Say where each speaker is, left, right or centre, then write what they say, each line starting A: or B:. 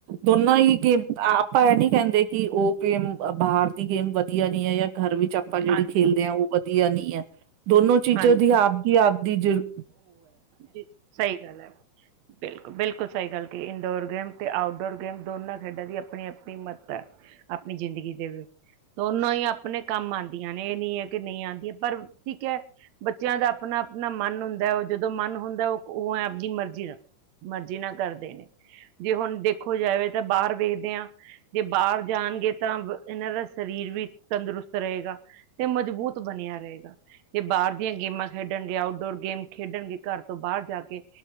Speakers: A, on the right (about 80°); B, on the right (about 65°).
A: ਤੁਰਨਾ ਹੀ ਕਿ ਆਪ ਨਹੀਂ ਕਹਿੰਦੇ ਕਿ ਉਹ ਬਾਹਰ ਦੀ ਗੇਮ ਵਧੀਆ ਨਹੀਂ ਜਾਂ ਘਰ ਵਿੱਚ ਚੱਪਲ ਜਿਹੜੀ
B: ਹਾਂਜੀ
A: ਖੇਲਦੇ ਆ ਉਹ ਵਧੀਆ ਨਹੀਂ ਹੈ। ਦੋਨੋਂ ਚੀਜ਼ਾਂ
B: ਹਾਂਜੀ
A: ਦੀ ਆਪਦੀ ਆਪਦੀ ਜਰੂਰ
B: ਜੀ ਸਹੀ ਗੱਲ ਹੈ ਬਿਲਕੁਲ ਬਿਲਕੁਲ ਸਹੀ ਗੱਲ ਕੀ ਇਨਡੋਰ ਗੇਮ ਤੇ ਆਊਟਡੋਰ ਗੇਮ ਦੋਨਾਂ ਖੇਡਾਂ ਦੀ ਆਪਣੀ ਆਪਣੀ ਮੱਤ ਹੈ ਆਪਣੀ ਜ਼ਿੰਦਗੀ ਦੇ ਵਿੱਚ ਦੋਨੋਂ ਹੀ ਆਪਣੇ ਕੰਮ ਆਉਂਦੀਆਂ ਨੇ ਇਹ ਨਹੀਂ ਹੈ ਕਿ ਨਹੀਂ ਆਉਂਦੀਆਂ ਪਰ ਠੀਕ ਹੈ ਬੱਚਿਆਂ ਦਾ ਆਪਣਾ ਆਪਣਾ ਮਨ ਹੁੰਦਾ ਹੈ ਉਹ ਜਦੋਂ ਮਨ ਹੁੰਦਾ ਉਹ ਉਹ ਹੈ ਆਪਣੀ ਮਰਜ਼ੀ ਦਾ ਮਰਜ਼ੀ ਨਾ ਕਰਦੇ ਨੇ ਜੇ ਹੁਣ ਦੇਖੋ ਜਾਵੇ ਤਾਂ ਬਾਹਰ ਵੇਖਦੇ ਹਾਂ ਜੇ ਬਾਹਰ ਜਾਣਗੇ ਤਾਂ ਇਹਨਾਂ ਦਾ ਸਰੀਰ ਵੀ ਤੰਦਰੁਸਤ ਰਹੇਗਾ ਤੇ ਮਜ਼ਬੂਤ ਬਣੇ ਰਹੇਗਾ ਜੇ ਬਾਹਰ ਦੀਆਂ ਗੇਮਾਂ ਖੇਡਣਗੇ ਆਊਟਡੋਰ ਗੇਮ ਖੇਡਣਗੇ ਘਰ ਤੋਂ ਬਾਹਰ ਜਾ ਕੇ